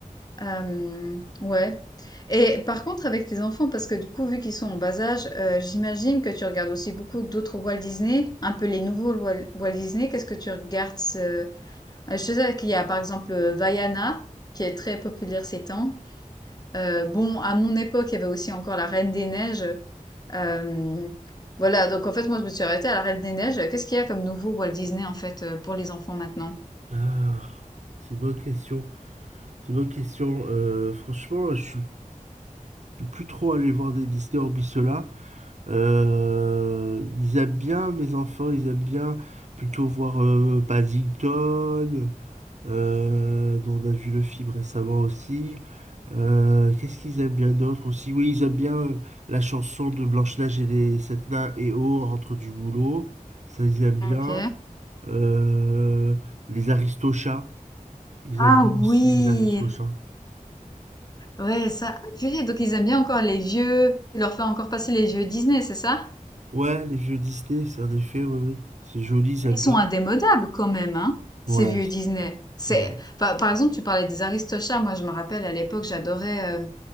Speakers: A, on the left; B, on the right.
A: Euh, ouais. Et par contre, avec tes enfants, parce que du coup, vu qu'ils sont en bas âge, euh, j'imagine que tu regardes aussi beaucoup d'autres Walt Disney, un peu les nouveaux Wal- Walt Disney. Qu'est-ce que tu regardes euh, Je sais qu'il y a par exemple euh, Vaiana, qui est très populaire ces temps. Euh, bon, à mon époque, il y avait aussi encore la Reine des Neiges. Euh, voilà, donc en fait, moi, je me suis arrêtée à la Reine des Neiges. Qu'est-ce qu'il y a comme nouveau Walt Disney, en fait, euh, pour les enfants maintenant?
B: Ah, c'est une bonne question. C'est une bonne question. Euh, franchement, je suis je suis plus trop allé voir des Disney hormis ceux-là. Euh, ils aiment bien mes enfants, ils aiment bien plutôt voir euh, Paddington, euh, dont on a vu le film récemment aussi. Euh, qu'est-ce qu'ils aiment bien d'autre aussi? Oui, ils aiment bien euh, la chanson de Blanche-Neige et les sept nains et oh, rentre du boulot. Ça, ils aiment bien.
A: Ok.
B: Euh, les Aristochats, ils
A: Ah
B: aiment bien
A: oui!
B: aussi les Aristochats.
A: Ouais, ça. Ah, purée, donc ils aiment bien encore les vieux. Tu leur fais encore passer les vieux Disney, c'est ça?
B: Ouais, les vieux Disney, c'est en effet, ouais, ouais. C'est joli, j'aime
A: Ils
B: bien.
A: sont indémodables quand même, hein, ces
B: Ouais,
A: vieux
B: c'est-
A: Disney. C'est,
B: ouais.
A: enfin, par exemple, tu parlais des Aristochats. Moi, je me rappelle à l'époque, j'adorais euh,